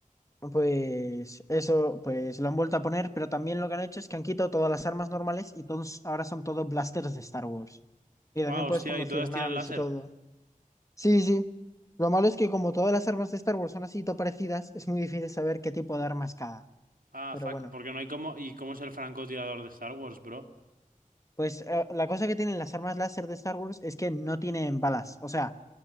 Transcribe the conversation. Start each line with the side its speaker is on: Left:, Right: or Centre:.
Left: Pues eso, pues lo han vuelto a poner, pero también lo que han hecho es que han quitado todas las armas normales y todos, ahora son todos blasters de Star Wars. Y también
Right: Ah, hostia,
Left: puedes conducir
Right: ¿y todas tiran
Left: naves
Right: láser?
Left: y todo. Sí, sí. Lo malo es que como todas las armas de Star Wars son así todo parecidas, es muy difícil saber qué tipo de arma es cada.
Right: Ah,
Left: Pero
Right: fuck,
Left: bueno,
Right: porque no hay como... ¿Y cómo es el francotirador de Star Wars, bro?
Left: pues eh, la cosa que tienen las armas láser de Star Wars es que no tienen balas. O sea,